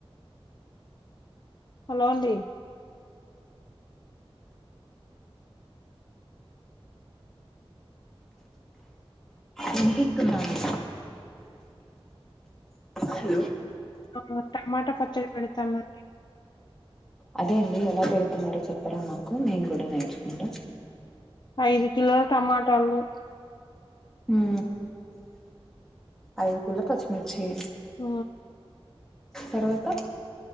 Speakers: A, on the left; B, in the centre.
A: హలో అండి
B: వినిపిస్తుందా అండి హలో
A: ఆ టమాటా పచ్చడి పెడతానండి
B: అదే అండి ఎలా పెడుతున్నారో చెప్పరా మాకు నేను కూడా నేర్చుకుంటా
A: ఐదు కిలోల టమాటాలు
B: ఉ ఐదు కిలో పచ్చిమిర్చి
A: ఆ
B: తర్వాత